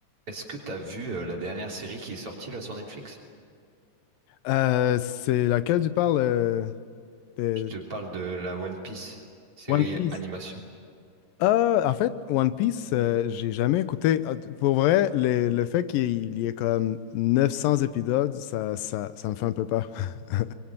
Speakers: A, on the right; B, on the left.
A: Est-ce que t'as vu euh, la dernière série qui est sortie là sur Netflix?
B: Euh, c'est laquelle tu parles euh, de
A: Je te parle de la One Piece, série
B: One Piece?
A: animation.
B: Euh, en fait, One Piece, euh, j'ai jamais écouté. Ah, t- Pour vrai, le, le fait qu'il y ait comme 900 épisodes, ça, ça, ça me fait un peu peur. <laughs>